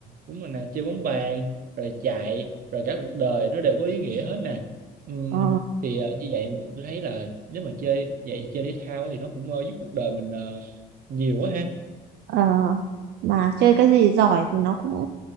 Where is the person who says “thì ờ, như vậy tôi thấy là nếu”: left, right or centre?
Right